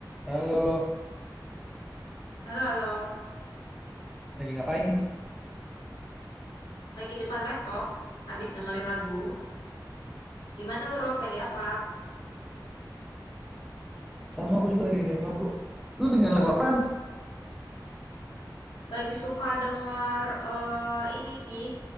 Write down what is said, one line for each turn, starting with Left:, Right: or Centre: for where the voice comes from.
Centre: Halo,
Left: Halo, halo.
Centre: lagi ngapain nih?
Left: Lagi depan laptop, habis dengerin lagu. Gimana lu, Rob? Lagi apa?
Centre: Sama aku juga lagi dengerin lagu. Lu dengerin lagu apaan?
Left: Lagi suka denger eh ini sih.